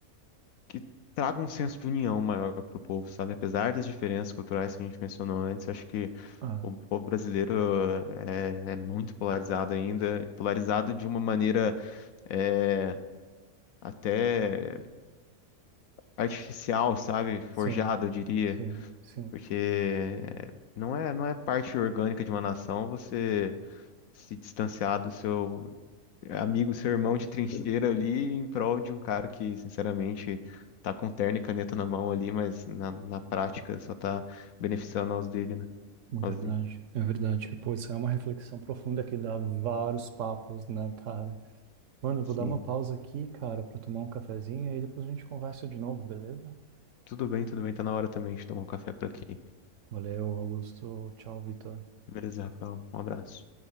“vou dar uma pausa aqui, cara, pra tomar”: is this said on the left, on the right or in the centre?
Right